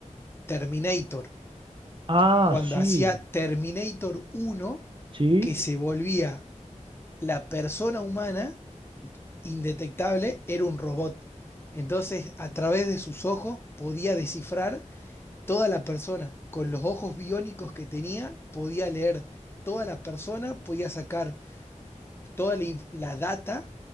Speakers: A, on the left; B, on the right.
A: Terminator.
B: Ah,
A: Cuando
B: sí,
A: hacía Terminator uno
B: sí,
A: que se volvía la persona humana indetectable, era un robot. Entonces, a través de sus ojos podía descifrar toda la persona. Con los ojos biónicos que tenía, podía leer toda la persona, podía sacar toda la, inf- la data